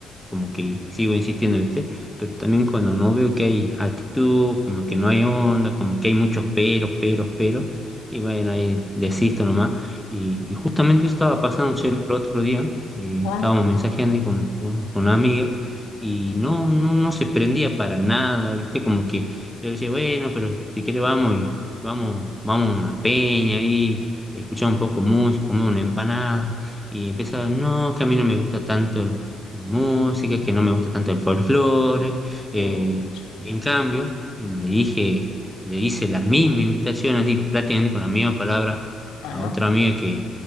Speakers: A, in the centre; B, on the left.
A: como que sigo insistiendo, ¿viste? Pero también cuando no veo que hay actitud, como que no hay onda, como que hay muchos peros, peros, peros, y bueno, ahí desisto nomás. Y, y justamente eso estaba pasando che, el otro día, que
B: Juan.
A: estábamos mensajeando ahí con, con con una amiga, y no, no, no se prendía para nada, ¿viste? Como que yo decía, bueno, pero si quiere vamos y vamos, vamos a una peña ahí escuchaba un poco música, comía una empanada y empezaba, no, que a mí no me gusta tanto el- la música, que no me gusta tanto el folclore. eh,
B: Ouch.
A: y en cambio, le dije, le hice la misma invitación, así prácticamente con la misma palabra,
B: Ajá.
A: a otra amiga que,